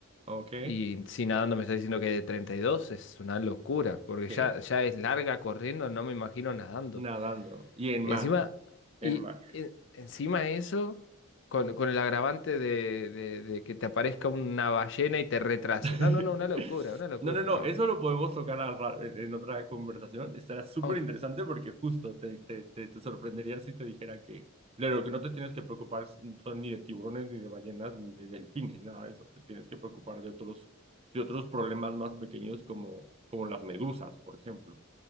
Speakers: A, on the right; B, on the left.
A: Ok.
B: Y si nadando me está diciendo que es de 32 es una locura. Porque
A: Sí.
B: ya, ya es larga corriendo, no me imagino nadando.
A: Nadando. Y en
B: Encima,
A: mar.
B: y
A: en Mash.
B: en- encima eso, con, con el agravante de, de- de que te aparezca una ballena y te retrase.
A: <laughs>
B: No, no, no, una locura, una locura,
A: No, no, no,
B: no.
A: eso lo podemos tocar a ra- en en otra conversación. Estará súper
B: Au-
A: interesante porque justo te, te, te, te sorprendería si te dijera que de lo que no te tienes que preocupar son ni de tiburones, ni de ballenas, ni de delfines, nada de eso. Te tienes que preocupar de otros, de otros problemas más pequeños como, como las medusas, por ejemplo.